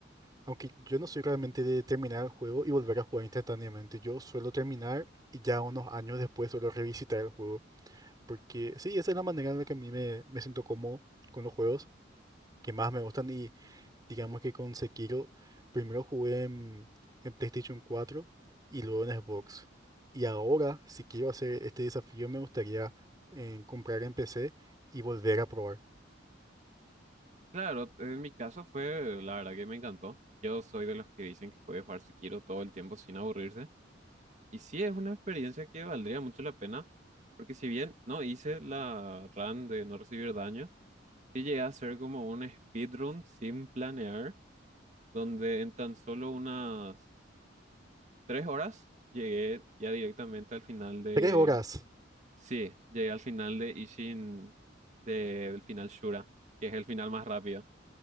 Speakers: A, on the right (about 20°); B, on the right (about 40°).
A: aunque yo no soy realmente de terminar el juego y volver a jugar instantáneamente, yo suelo terminar y ya unos años después suelo revisitar el juego, porque sí, esa es la manera en la que a mí me, me siento cómodo con los juegos que más me gustan y Digamos que con Sekiro primero jugué en, en PlayStation 4 y luego en Xbox. Y ahora, si quiero hacer este desafío, me gustaría eh, comprar en PC y volver a probar.
B: Claro, en mi caso fue, la verdad que me encantó. Yo soy de los que dicen que puede jugar si quiero todo el tiempo sin aburrirse. Y sí, es una experiencia que valdría mucho la pena, porque si bien no hice la run de no recibir daño, sí llegué a hacer como un speedrun sin planear, donde en tan solo unas tres horas, llegué ya directamente al final de...
A: Tres horas,
B: Sí, llegué al final de Ishin, de- del final Shura, que es el final más rápido.